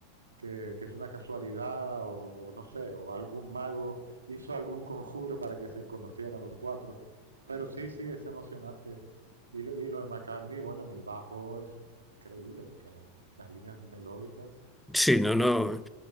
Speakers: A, on the right; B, in the centre.
A: que, que es una casualidad o, o, no sé, o algún mago hizo algún conjuro para que se conocieran los cuatro. Pero sí, sí, es emocionante. Y lo, y lo de McCartney, bueno, en el bajo es increíble lo que ha, las líneas melódicas.
B: Sí,
A: A
B: no,
A: mí,
B: no.
A: y,